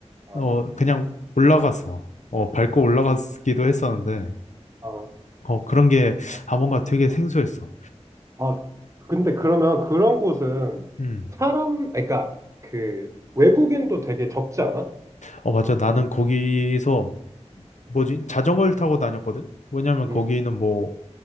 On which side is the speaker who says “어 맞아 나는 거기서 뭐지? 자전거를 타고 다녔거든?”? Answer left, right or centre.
Left